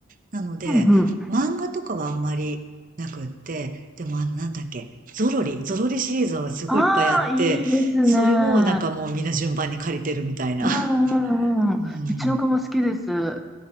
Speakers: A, on the right; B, in the centre.
A: なので、
B: うんうん。
A: 漫画とかはあんまりなくって、でもあの、なんだっけ、ゾロリ、ゾロリシリーズはすごいいっぱいあって、
B: ああ、いいですね。
A: それをなんかもうみんな順番に借りてるみたいな。
B: うんうんうんうちの子も好きです。
A: うん。